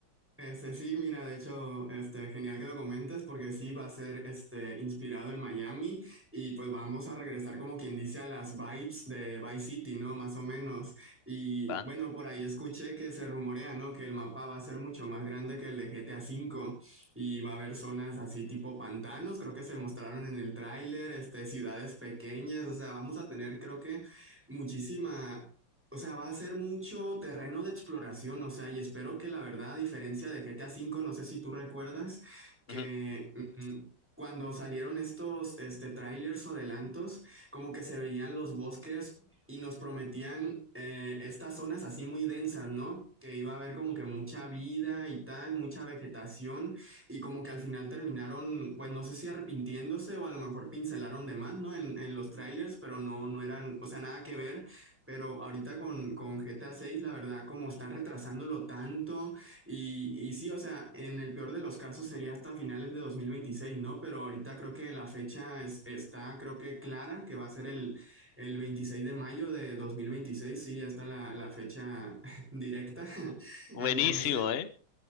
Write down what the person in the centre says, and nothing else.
Este, sí, mira, de hecho, este, genial que lo comentes porque sí va a ser este, inspirado en Miami y pues vamos a regresar como quien dice a las vibes de Vice City, ¿no? Más o menos. Y
bueno, por ahí escuché que se rumorea, ¿no? Que el mapa va a ser mucho más grande que el de GTA V y va a haber zonas así tipo pantanos, creo que se mostraron en el tráiler, este, ciudades pequeñas, o sea, vamos a tener creo que muchísima o sea, va a ser mucho terreno de exploración, o sea, y espero que la verdad, a diferencia de GTA V, no sé si tú recuerdas, que
mm, cuando salieron estos este, trailers o adelantos, como que se veían los bosques y nos prometían eh, estas zonas así muy densas, ¿no? Que iba a haber como que mucha vida y tal, mucha vegetación, y como que al final terminaron, pues no sé si arrepintiéndose o a lo mejor pincelaron de más, ¿no? En, en los trailers, pero no, no eran, o sea, nada que ver pero ahorita con, con GTA 6, la verdad, como están retrasándolo tanto, y, y sí, o sea, en el peor de los casos sería hasta finales de 2026, ¿no? Pero ahorita creo que la fecha es- está, creo que clara, que va a ser el, el 26 de mayo de 2026, sí, ya está la, la fecha <laughs> directa. <laughs>
Entonces,